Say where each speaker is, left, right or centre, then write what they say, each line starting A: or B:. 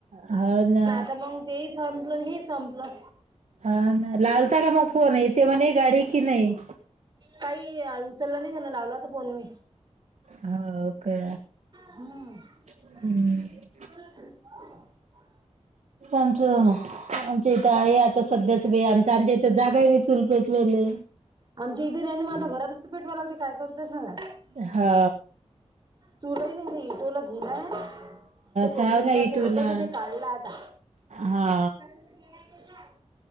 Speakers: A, on the right (about 75°); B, on the right (about 40°).
A: हाव ना.
B: त मग तेही संपलंन. हेही संपलं.
A: हाव ना. लावता का म फोन? येते म्हणे गाडी की नाही?
B: काही उचला नाही त्यांना लावला फोन मी
A: हो का
B: हम्
A: हम्म
B: <unintelligible>
A: आमचं आमच इथं आहे आता सध्याच बाई आमच आमच्या जागाय नाही चुलपेटवायले
B: आमच्या इथे नाही ना आता घरात पेटवा लागते काय करतय सांगा.
A: हा
B: चुल ही नाही ते इटोला गेलाय ते खूप
A: साव
B: दिवसाचं
A: ना इटूला
B: होत ते काढलं आता
A: हा
B: तो गेलाय त्याचा